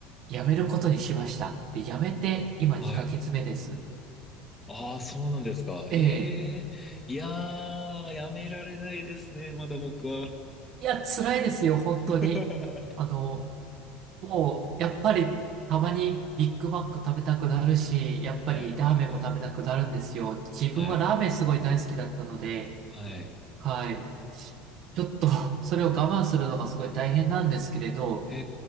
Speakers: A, on the right; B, on the left.
A: やめることにしました。で、やめて、今2ヶ月目です。
B: はい。ああ、そうなんですか。
A: ええ。
B: ええ。いやー、やめられないですね、まだ僕は。
A: いや、辛いですよ、本当に。
B: <laughs>
A: あの、もう、やっぱり、たまにビッグマック食べたくなるし、やっぱりラーメンも食べたくなるんですよ。
B: はいはいはい。
A: 自分はラーメンすごい大好きだったので、
B: はい。はい。
A: はい。ちょっと、それを我慢するのがすごい大変なんですけれど、
B: え